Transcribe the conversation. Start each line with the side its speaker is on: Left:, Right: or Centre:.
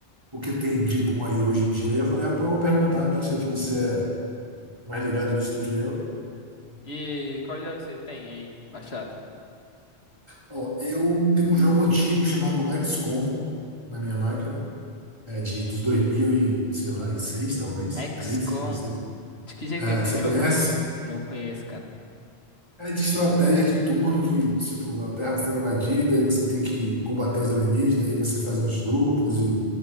Right: o que tem de bom aí hoje em dia. E eu falei, rapaz, eu vou perguntar, porque eu sei que você é mais ligado nisso do que eu.
Left: E qual jogo você tem aí, baixado?
Right: Ó, eu tenho um jogo antigo chamado XCOM na minha máquina, é de, dos 2000 e, sei lá, e seis talvez,
Left: XCOM.
Right: 13 não sei.
Left: De que jeito
Right: É,
Left: é esse
Right: você
Left: jogo?
Right: conhece?
Left: Não conheço, cara.
Right: É de estratégia de turno que, tipo, a Terra está sendo invadida e você tem que combater os alienígenas, e você faz uns grupos e